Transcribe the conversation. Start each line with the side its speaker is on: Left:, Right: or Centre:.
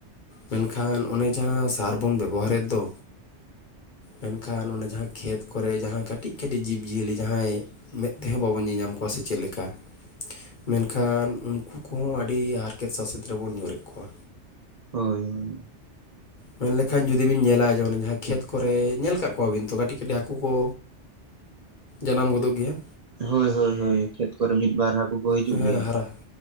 Left: ᱢᱮᱱᱠᱷᱟᱱ ᱚᱱᱮ ᱡᱟᱦᱟ ᱥᱟᱨ ᱵᱚᱱ ᱵᱮᱵᱚᱦᱟᱨᱮᱫ ᱫᱚ᱾ ᱢᱮᱱᱠᱷᱟᱱ ᱚᱱᱮ ᱡᱟᱦᱟᱸ ᱠᱷᱮᱛ ᱠᱚᱨᱮ ᱡᱟᱦᱟᱸ ᱠᱟᱹᱴᱤᱡ ᱠᱟᱹᱴᱤᱡ ᱡᱤᱵᱽᱼᱡᱤᱭᱟᱹᱞᱤ ᱡᱟᱦᱟᱸᱭ᱾ ᱢᱮᱸᱫ ᱛᱮᱦᱚᱸ ᱵᱟᱵᱚᱱ ᱧᱮᱞᱧᱟᱢ ᱠᱚᱣᱟ ᱥᱮ ᱪᱮᱫ ᱞᱮᱠᱟ᱾ ᱢᱮᱱᱠᱷᱟᱱ ᱩᱱᱠᱩ ᱠᱚᱦᱚᱸ ᱟᱹᱰᱤ ᱦᱟᱨᱠᱮᱛ ᱥᱟᱥᱮᱛ ᱨᱮᱵᱚᱱ ᱧᱩᱨᱮᱫ ᱠᱚᱣᱟ᱾
Right: ᱦᱳᱭ ᱦᱳᱭ᱾
Left: ᱢᱮᱱ ᱞᱮᱠᱷᱟᱱ ᱡᱩᱫᱤ ᱵᱤᱱ ᱧᱮᱞᱟ ᱚᱱᱮ ᱡᱟᱦᱟ ᱠᱷᱮᱛ ᱠᱚᱨᱮ ᱧᱮᱞ ᱠᱟᱜ ᱠᱚᱣᱟᱵᱤᱱ ᱛᱚ ᱠᱟᱹᱴᱤᱡ ᱠᱟᱹᱴᱤᱡ ᱦᱟᱹᱠᱩ ᱠᱚ᱾ ᱡᱟᱱᱟᱢ ᱜᱚᱫᱚᱜ ᱜᱮᱭᱟ᱾
Right: ᱦᱳᱭ ᱦᱳᱭ ᱦᱳᱭ ᱠᱷᱮᱛ ᱠᱚᱨᱮ ᱢᱤᱫ ᱵᱟᱨ ᱦᱟᱹᱠᱩ ᱠᱚ ᱦᱤᱡᱩᱜ
Left: ᱦᱮᱸ
Right: ᱜᱮᱭᱟ
Left: ᱦᱟᱨᱟ